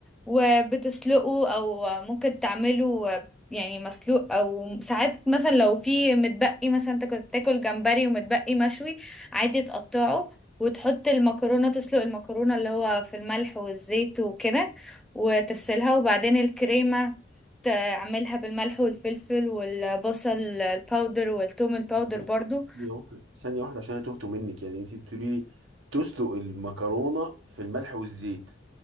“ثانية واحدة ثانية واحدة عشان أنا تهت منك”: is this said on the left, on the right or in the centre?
Right